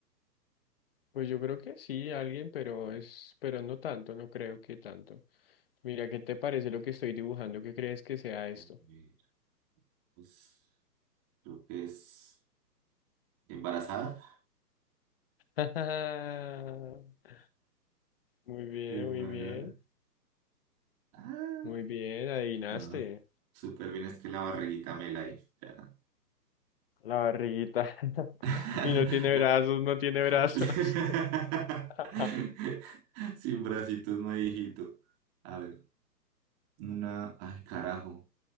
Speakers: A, on the left (about 35°); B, on the right (about 25°).
A: Pues yo creo que sí, alguien, pero es, pero no tanto, no creo que tanto. Mira, ¿qué te parece lo que estoy dibujando? ¿Qué crees que sea esto?
B: A ver, pues creo que es embarazada.
A: <laughs> Muy bien,
B: Embarazada.
A: muy bien,
B: Ah,
A: muy bien, adivinaste.
B: no. Súper bien, es que la barriguita me la hizo. Ya.
A: La barriguita. <laughs>
B: <laughs>
A: Y no tiene
B: La-
A: brazos, no tiene brazos.
B: <laughs>
A: <laughs>
B: Sin bracitos no hay hijito. A ver, una. Ay, carajo.